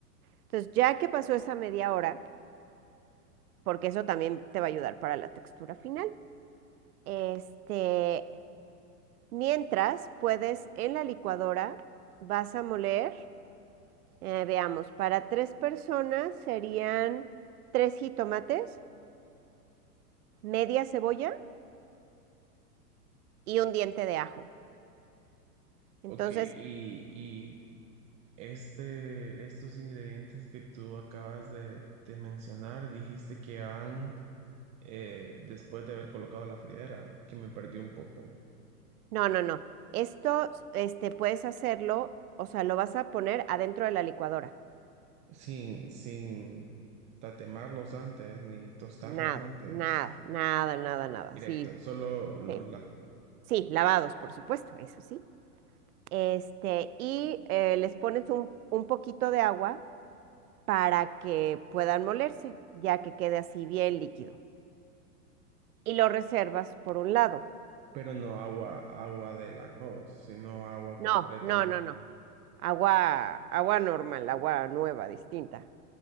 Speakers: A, on the right; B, on the right.
A: Entonces, ya que pasó esa media hora, porque eso también te va a ayudar para la textura final, este, mientras puedes en la licuadora, vas a moler, eh, veamos, para tres personas serían tres jitomates, media cebolla y un diente de ajo. Entonces,
B: Ok, y, y este, estos ingredientes que tú acabas de, de mencionar, dijiste que van eh, después de haber colocado la fridera, que me perdí un poco,
A: no, no, no. Esto, este, puedes hacerlo, o sea, lo vas a poner adentro de la licuadora.
B: sin, sin tatemarlos antes ni tostarlos
A: Nada,
B: antes,
A: nada, nada, nada, nada.
B: directo,
A: Sí,
B: solo los
A: sí.
B: lavo.
A: Sí, lavados, por supuesto, eso sí. Este, y eh, les pones un, un poquito de agua para que puedan molerse, ya que quede así bien líquido. Y lo reservas por un lado.
B: Pero no agua, agua del arroz, sino agua
A: No,
B: completamente.
A: no, no, no. Agua, agua normal, agua nueva, distinta.